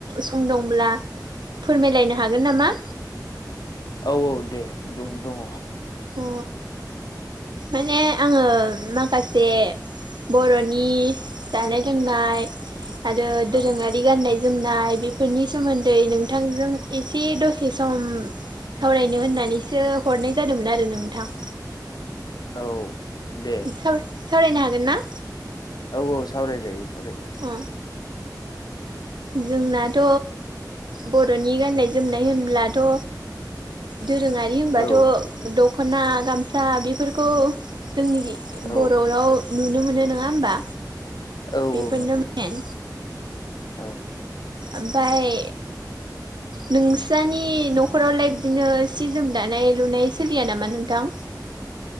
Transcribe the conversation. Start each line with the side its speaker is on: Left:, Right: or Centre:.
Right: सम दंब्ला फोरमायलायनो हागोन नामा
Left: औ औ दे बुं दङ
Right: अ माने आङो। माखासे बर'नि जानाय लोंनाय। आ दोरोंआरि।
Left: औ
Right: बिदि गाननाय जोमनाय बेफोरनि सोमोन्दै नोंथांजों एसे दसे सम। सावरायनो होननानैसो हरनाय जादोंमोन आरो नोंथां।
Left: औ। दे
Right: सावरायनो हागोन ना?
Left: औ औ सावराय जायो सावराय जायो।
Right: अ जोंनाथ' बर'नि गाननाय जोमनाय होनब्लाथ' दोरोङारि होनबाथ'
Left: औ
Right: दखना गामसा बेफोरखौ जोंनि
Left: औ
Right: बर' राव नुनो मोनो नङा होनबा।
Left: औ। औ
Right: बेफोरनो
Left: नंगौ
Right: मेन
Left: नंगौ औ
Right: ओमफफ्राय
Left: <inaudible>
Right: न'खरावलाय बिदिनो सि जोम दानाय लुनाय सोलिया नामा नोंथां?